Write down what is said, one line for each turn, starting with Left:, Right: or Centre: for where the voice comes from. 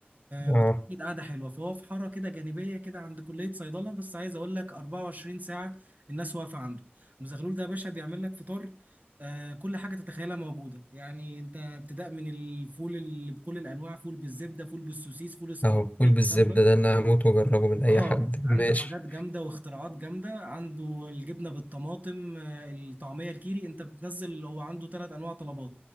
Left: اه
Right: وتأكد قعدة حلوة فهو في حارة كده جانبية كده عند كلية صيدلة بس عايز أقول لك 24 ساعة الناس واقفة عنده المزغلول ده يا باشا بيعمل لك فطار آه كل حاجة تتخيلها موجودة يعني أنت ابتداء من الفول اللي بكل الأنواع فول بالزبدة فول بالسوسيس فول اسكندراني
Left: اهو فول
Right: الكلام
Left: بالزبدة
Right: ده
Left: ده انا هموت واجربه من اي
Right: اه
Left: حد
Right: عنده
Left: ماشي
Right: حاجات جامده واختراعات جامده عنده الجبنه بالطماطم آه، الطعميه الكيري انت بتنزل هو عنده ثلاث انواع طلبات